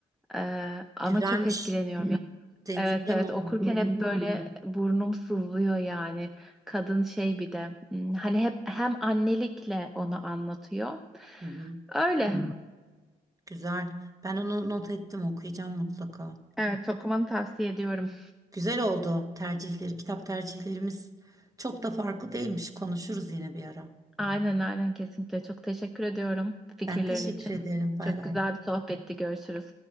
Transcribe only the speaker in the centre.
E, ama
çok etkileniyorum
Evet evet
okurken hep böyle burnum sızlıyor yani. Kadın şey bir de hmm, hani hep hem annelikle onu anlatıyor.
Öyle.
Evet çok tavsiye ediyorum.
Aynen aynen kesinlikle çok teşekkür ediyorum fikirlerin
için.
Çok
güzel bir sohbetti. Görüşürüz.